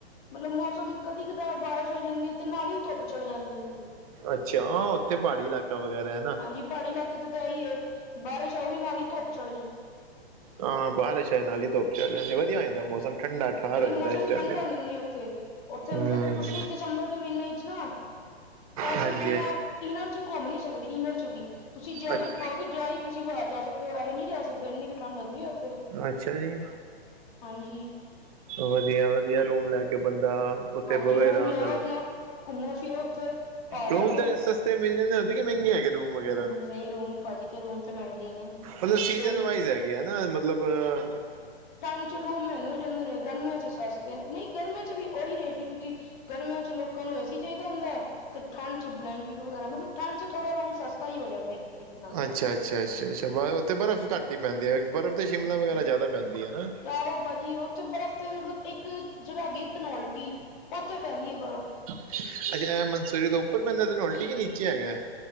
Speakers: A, on the left; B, on the right.
A: ਮਤਲਬ ਮੌਸਮ ਕਦੀ ਕਦਾਰ ਬਾਰਿਸ਼ ਆ ਜਾਂਦੀ ਹੈ ਤੇ ਨਾਲ ਹੀ ਧੁੱਪ ਚੱਲ ਜਾਂਦੀ ਹੈ ਉੱਥੇ-
B: ਅੱਛਾ, ਹਾਂ ਉੱਥੇ ਪਹਾੜੀ ਇਲਾਕਾ ਵਗੈਰਾ- ਨਾ
A: ਹਾਂਜੀ ਪਹਾੜੀ ਇਲਾਕੇ ਤੇ ਤਾਂ ਹੈ ਹੀ ਬਾਰਿਸ਼ ਆਊਗੀ ਨਾਲ ਹੀ ਧੁੱਪ ਚੜਜੂ-
B: ਹਾਂ ਬਾਰਿਸ਼ ਹੈ ਨਾਲ ਹੀ ਧੁੱਪ ਚੜ ਜਾਂਦੀ ਵਧੀਆ ਹੋ ਜਾਂਦਾ ਮੌਸਮ ਠੰਡਾ- ਠਾਰ
A: ਲੇਕਿਨ
B: ਹੋ ਜਾਂਦਾ
A: ਮੌਸਮ
B: ਇਸ ਟਾਈਮ
A: ਠੰਢਾ
B: ਤੇ
A: ਹੋ ਜਾਂਦਾ ਉੱਥੇ ਉੱਥੇ
B: ਹਮ
A: ਮਤਲਬ ਤੁਸੀਂ ਦਸੰਬਰ ਦੇ ਮਹੀਨੇ ਵਿੱਚ ਨਾ- ਐਸੇ
B: ਹਾਂਜੀ
A: ਬਿਨਾਂ ਇਨਰ 'ਚ ਘੁੰਮ ਨੀ ਸਕਦੇ ਇਨਰ 'ਚ ਵੀ ਤੁਸੀਂ ਜੈਕਟ
B: ਅੱਛ
A: ਪਾਓਗੇ ਜਾਹੀ- ਤੁਸੀਂ ਬਾਹਰ ਜਾ ਸਕਦੇ ਹੋ ਇਹ ਨਹੀਂ ਜਾ ਸਕਦੇ ਇੰਨੀ ਕੁ ਠੰਡ ਲੱਗਣੀ ਉੱਥੇ-
B: ਅੱਛਾ ਜੀ-
A: ਹਾਂਜੀ-
B: ਵਧੀਆ ਵਧੀਆ ਰੂਮ ਲੈ ਕੇ- ਇਕ ਬੰਦਾ ਉੱਥੇ
A: ਹਾਂਜੀ
B: ਬਵੇ
A: ਰੂਮ
B: ਆਰਾਮ
A: ਲੈਓ
B: ਨਾਲ
A: ਆਪਣਾ ਘੁੰਮੋ ਫਿਰੋ ਉੱਥੇ ਪਹਾੜਾਂ
B: ਰੂਮ
A: ਤੇ
B: ਦੇ ਸ- ਸਸਤੇ ਮਿਲ ਜਾਂਦੇ ਉਹਦੀ ਮਹਿੰਗੇ ਹੈਗੇ- ਰੂਮ ਵਗੈਰਾ
A: ਨਹੀਂ ਰੂਮ ਭਾਜੀ ਤੇ ਰੂਮ ਤੇ ਮਹਿੰਗੇ ਹੀ ਨੇ-
B: ਮਤਲਬ ਸੀਜਨ
A: ਰੂਮ
B: ਵਾਈਜ਼ ਹੈਗੇ ਐ ਨਾ ਮਤਲਬ-
A: ਟੈਂਟ 'ਚ ਰੂਮ ਲੈ ਲਓ ਜੇ ਲੈਨੇ ਗਰਮੀਆਂ 'ਚ ਸਸਤੇ ਨਹੀਂ ਗਰਮੀਆਂ 'ਚ ਵੀ ਉਹੀ ਰੇਟ ਕਿਉਂਕਿ- ਗਰਮੀਆਂ 'ਚ ਲੋਕਾਂ ਨੂੰ ਏਸੀ ਚਾਹੀਦਾ ਹੁੰਦਾ ਹੈ ਤੇ ਠੰਡ 'ਚ ਬਲੈਂਕਿਟ ਵਗੈਰਾ ਮਤਲਬ ਠੰਡ 'ਚ ਥੋੜਾ ਰੂਮ ਸ- ਸਸਤਾ ਹੀ ਹੋ ਜਾਂਦਾ ਇੱਕ- ਤਰੀਕੇ ਨਾਲ
B: ਅੱਛਾ ਅੱਛਾ ਅੱਛਾ ਅੱਛਾ ਪਰ ਉੱਥੇ ਬਰਫ਼ ਘੱਟ ਹੀ ਪੈਂਦੀ ਹੈ ਬਰਫ਼ ਤੇ ਸ਼ਿਮਲਾ ਵਗੈਰਾ ਜ਼ਿਆਦਾ ਪੈਂਦੀ ਹੈਨਾ
A: ਆਹੋ ਭਾਜੀ ਉੱਥੇ ਬਰਫ਼ ਤੇ ਮਤਲਬ ਇੱਕ ਜਗ੍ਹਾ ਹੈਗੀ ਧਨੋਲਟੀ ਉੱਥੇ ਪੈਂਦੀ ਹੈ ਬਰਫ਼-
B: ਅੱਛਾ ਇਹ ਮਨਸੂਰੀ ਤੋਂ ਉੱਪਰ ਪੈਂਦਾ ਧਨੋਲਟੀ ਕੇ ਨੀਚੇ ਹੈਗਾ-